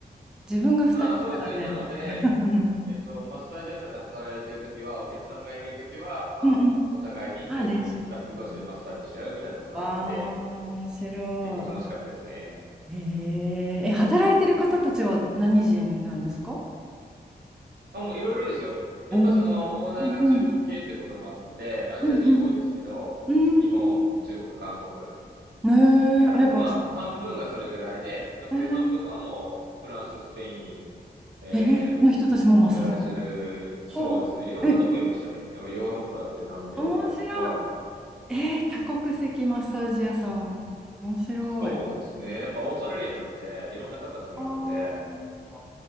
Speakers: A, in the centre; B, on the right.
A: 自分が2人いたらね。
B: まあそうですね。なので、
A: <laughs> うん
B: えっと、マッサージ屋さんで働いてるときは、お客さんがいないときは、まあ、
A: うんうん。
B: お互いに交互にスタッフ同士でマッサージし合うみたいなことあって、
A: あ、練習してみた。ああ、面白
B: 結構楽しかったですね。
A: い。えー、え、働いてる方たちは何人なんですか
B: あ、もういろいろですよ。やっぱその、
A: おお。
B: オーナーが中国系ってこともあって、
A: うんうん。
B: アジア人多いですけど、
A: うんうん。う
B: 日本、
A: ーん。
B: 中国、韓国。
A: ねえ、
B: えーまあ、
A: あ、やっぱ、
B: 半分がそれぐらいで、残り半分はもう、
A: えー、
B: フランス、スペイン、えー
A: えーの人たちもマッサージの。
B: ブラジル、そうですね。
A: はあ。
B: いろんなとこいましたね。
A: え、
B: なんかヨーロッパだったり、南米だったり。
A: 面白い。
B: はい。
A: えー、多国籍マッサージ屋さん。面白い。
B: そうですね。やっぱオーストラリアなので、いろんな方集まるので、
A: ああ、